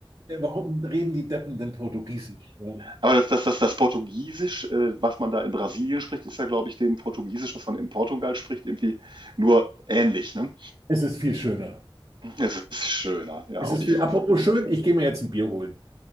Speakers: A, on the right; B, on the right.
A: Äh, Warum reden die Deppen denn Portugiesisch? Ja.
B: Aber das das das das Portugiesisch, äh, was man da in Brasilien spricht, ist ja, glaube ich, dem Portugiesisch, was man in Portugal spricht, irgendwie nur ähnlich, ne?
A: Es ist viel schöner.
B: Es ist schöner. Ja,
A: Es
B: auch
A: ist
B: die
A: viel.
B: Frauen
A: Apropos
B: sind wahrscheinlich
A: schön,
B: schön.
A: ich gehe mir jetzt ein Bier holen.